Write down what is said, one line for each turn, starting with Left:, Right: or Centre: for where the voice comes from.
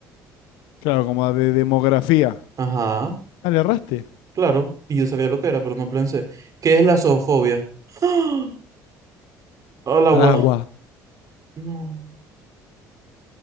Left: Claro, como de demografía.
Right: Ajá,
Left: Ah, le erraste.
Right: claro. Y yo sabía lo que era, pero no pensé. ¿Qué es la zoofobia? <gasps> ¡Ah! Al agua.
Left: Al agua.
Right: No.